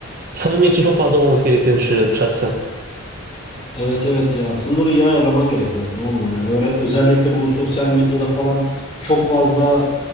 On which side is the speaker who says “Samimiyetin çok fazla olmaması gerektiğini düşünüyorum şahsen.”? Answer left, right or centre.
Right